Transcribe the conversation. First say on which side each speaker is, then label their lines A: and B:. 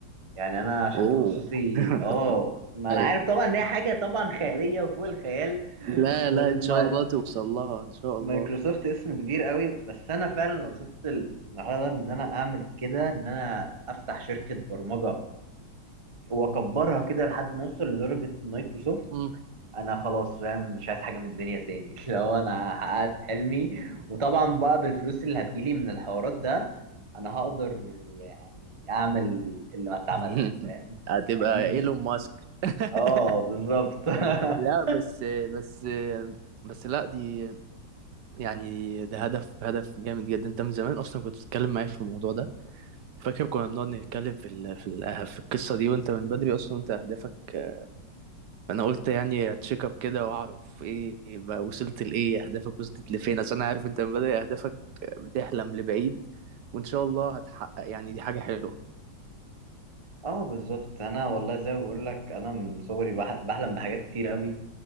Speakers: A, on the right; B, on the right.
A: يعني انا عشان
B: اوه
A: تخصصي
B: <laughs>
A: اه ما
B: ايوه
A: انا عارف طبعا ان هي حاجه طبعا خياليه وفوق الخيال
B: لا
A: وان
B: لا ان
A: الما-
B: شاء الله توصل لها ان شاء
A: مايكروسوفت
B: الله
A: اسم كبير قوي بس انا فعلا لو وصلت المرحله ده ان انا اعمل كده ان انا افتح شركه برمجه واكبرها كده لحد ما اوصل لدرجه مايكروسوفت
B: امم
A: انا خلاص فاهم مش عايز حاجه من الدنيا تاني <laughs> لو انا حققت حلمي وطبعا بقى بالفلوس اللي هتجيلي من الحوارات ده انا هقدر يعني اعمل اللي ما اتعملش
B: <laughs>
A: فاهم
B: هتبقى
A: اجيب
B: ايلون ماسك <laughs>
A: اه بالظبط <laughs>
B: لا بس بس بس لا دي يعني ده هدف هدف جامد جدا انت من زمان اصلا كنت بتتكلم معايا في الموضوع ده فاكر كنا بنقعد نتكلم في ال في ال آه، في القصة دي وانت من بدري اصلا انت اهدافك آه، انا قلت يعني اتشيك اب كده واعرف ايه بقى وصلت لايه اهدافك وصلت لفين عشان انا عارف انت من بدري اهدافك بتحلم لبعيد وان شاء الله هتحقق يعني دي حاجة حلوة
A: اه بالظبط انا والله زي ما بقول لك انا من صغري بح- بحلم بحاجات كتير قوي